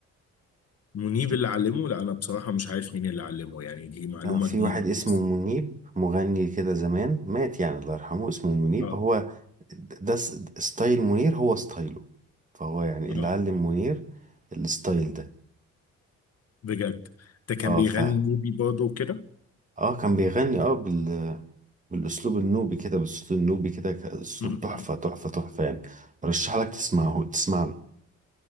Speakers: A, on the left (about 55°); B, on the right (about 25°).
A: منيب
B: في
A: اللي علمه لا انا بصراحه مش عارف مين اللي علمه يعني دي معلومه
B: آه، في
A: جديده
B: واحد اسمه
A: خالص.
B: منيب مغني كده زمان مات يعني الله يرحمه اسمه منيب
A: اه
B: هو ده س- ستايل منير هو ستايله فهو يعني
A: اه
B: اللي علم منير الستايل ده
A: بجد ده كان
B: اه
A: بيغني
B: ف
A: نوبي برضه وكده
B: اه كان بيغني اه بال بالاسلوب النوبي كده بالصوت النوبي كده ك- اسلوب
A: م-م.
B: تحفه تحفه تحفه يعني رشح لك تسمعه تسمع له